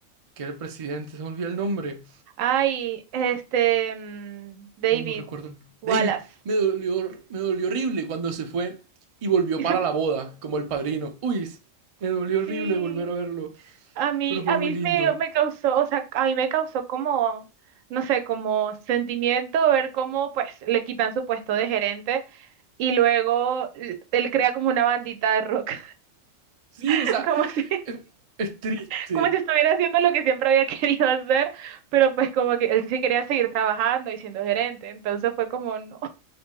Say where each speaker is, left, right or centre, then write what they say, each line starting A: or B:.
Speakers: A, on the right; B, on the right.
A: que era el presidente, se me el nombre,
B: Ay, este, mm, David
A: no recuerdo. el nombre.
B: Wallace.
A: David, me dolió, me dolió horrible cuando se fue y volvió
B: <laughs>
A: para la boda, como el padrino. Uy, es- me dolió horrible
B: Sí.
A: volver a verlo.
B: A mí,
A: pero fue
B: a
A: muy
B: mí
A: lindo.
B: me, me causó, o sea, a mí me causó como, no sé, como sentimiento ver cómo pues le quitan su puesto de gerente y luego l- él crea como una bandita de rock,
A: Sí,
B: <laughs>
A: o sea,
B: como si,
A: es, es triste.
B: como si estuviera haciendo lo que siempre había <laughs> querido hacer, pero pues como que él sí quería seguir trabajando y siendo gerente, entonces fue como, no,